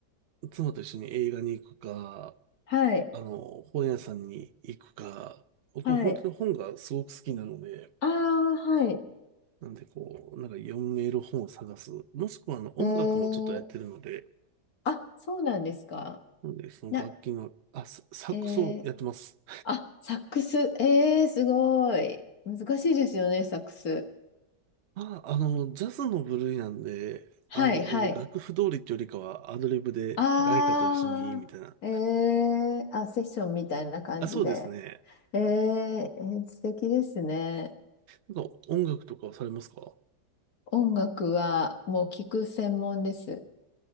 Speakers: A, on the right (about 60°); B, on the left (about 60°).
A: う妻と一緒に映画に行くか、
B: はい、
A: あの、本屋さんに行くか、僕本当に本がすごく好きなので、
B: はい。ああ、はい。
A: なんでこう、なんか読める本を探す。もしくはあの、音楽もちょっとやってるので、
B: えー、あ、そうなんですか。
A: なんでその楽器の、
B: な、
A: あ、ササックスをやってます。
B: えー、あ、サックス。えー、すごい。難しいですよね、サックス。
A: あ、あの、ジャズの部類なんで、
B: はい、
A: あの、
B: はい。
A: 楽譜通りってよりかはアドリブで誰かと一緒に、
B: ああ、
A: みたいな。
B: えー、あ、セッションみたいな感じで。
A: あ、そうですね。
B: えー、えー素敵ですね。
A: なんか音楽とかはされますか
B: 音楽はもう聞く専門です。